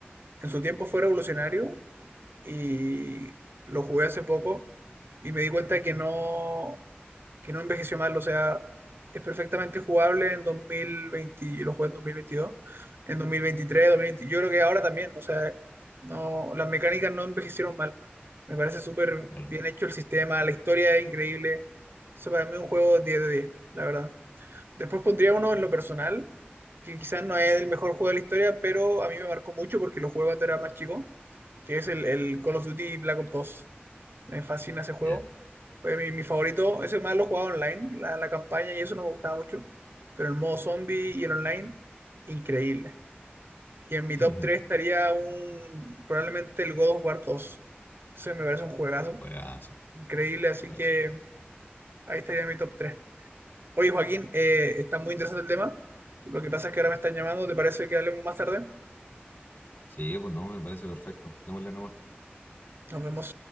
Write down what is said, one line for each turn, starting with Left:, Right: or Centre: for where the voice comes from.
Right: en su tiempo fue revolucionario y lo jugué hace poco y me di cuenta de que no, que no envejeció mal, o sea, es perfectamente jugable en 2020, yo lo jugué en 2022, en dos mil 2020, yo creo que ahora también, o sea, no, las mecánicas no envejecieron mal, me parece súper
Left: claro.
Right: bien hecho el sistema, la historia es increíble, entonces para mí un juego 10 de 10 la verdad. Después pondría uno en lo personal, que quizás no es el mejor juego de la historia, pero a mí me marcó mucho porque lo jugué cuando era más chico, que es el, el Call of Duty Black Ops dos Me fascina ese juego.
Left: Ya.
Right: Fue mi, mi favorito. Ese más lo jugaba online, la, la campaña, y eso no me gustaba mucho. Pero el modo zombie y el online, increíble. Y en mi
Left: <laughs>
Right: top 3 estaría un, probablemente el God of War dos Ese me parece un juegazo.
Left: Juegazo,
Right: Increíble, así
Left: juegazo.
Right: que ahí estaría mi top tres Oye, Joaquín, eh, está muy interesante el tema. Lo que pasa es que ahora me están llamando. ¿Te parece que hablemos más tarde?
Left: Sí, pues no, me parece perfecto. Démosle nomás.
Right: Nos vemos.